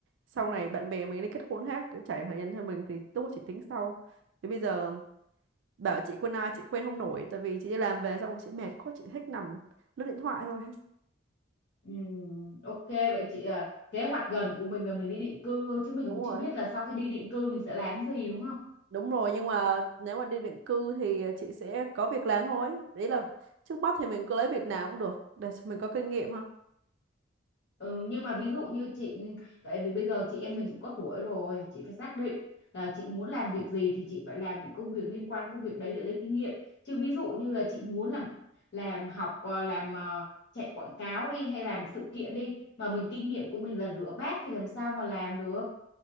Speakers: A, on the right; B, on the left.
A: sau này bạn bè mình đi kết hôn khác trải thời gian theo mình thì lúc đó chị tính sau thì bây giờ bảo chị quen ai chị quen không nổi tại vì chị đi làm về xong rồi chị mệt quá chị thích nằm lướt điện thoại thôi
B: Ừ. Ok vậy chị à, kế hoạch gần của mình là mình đi định cư thôi chứ mình
A: <laughs> đúng
B: cũng chưa
A: rồi
B: biết là sau khi đi định cư mình sẽ làm gì đúng không?
A: đúng rồi nhưng mà nếu mà đi định cư thì chị sẽ có việc làm thôi đấy là trước mắt thì mình cứ lấy việc nào cũng được để cho mình có kinh nghiệm ha
B: Ừ, nhưng mà ví dụ như chị ừ, tại vì bây giờ chị em mình cũng có tuổi rồi, chị phải xác định là chị muốn làm việc gì thì chị phải làm những công việc liên quan công việc đấy để lấy kinh nghiệm. Chứ ví dụ như là chị muốn làm làm học ờ, làm ờ, chạy quảng cáo đi hay làm sự kiện đi mà mình kinh nghiệm của mình là rửa bát thì làm sao mà làm được,